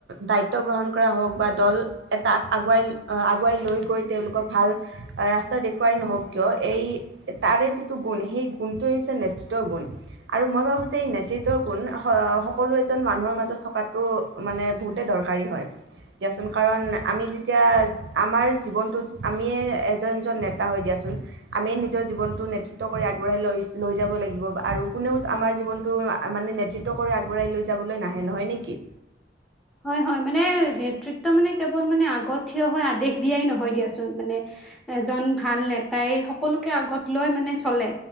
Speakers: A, on the right (about 70°); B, in the centre.
A: দায়িত্ব গ্ৰহণ কৰা হওক বা দল এটাক আগুৱাই আগুৱাই লৈ গৈ তেওঁলোকক ভাল ৰাস্তা দেখুৱাই নহওক কিয় এই তাৰে যি টো গুণ সেই গুণটোৱে হৈছে নেতৃত্বৰ গুণ আৰু মই ভাবোঁ যে এই নেতৃত্বৰ গুণ স সকলোৱে যেন মানুহৰ মাজত থকাটো মানে বহুতে দৰকাৰী হয় দিয়াচোন কাৰণ আমি যেতিয়া আমাৰ জীৱনটোত আমিয়ে এজন জন নেতা হৈ দিয়াচোন আমি নিজৰ জীৱনটো নেতৃত্ব কৰি আগবঢ়াই লৈ লৈ যাব লাগিব আৰু কোনেও আমাৰ জীৱনটো মানে নেতৃত্ব কৰি আগবঢ়াই লৈ যাব নাহে নহয় নেকি।
B: উ। হয় হয় মানে নেতৃত্ব মানে কেৱল মানে আগত থিয় হয় আদেশ দিয়াই নহয় দিয়াচোন মানে এজন ভাল নেতাই সকলোকে আগত লৈ মানে চলে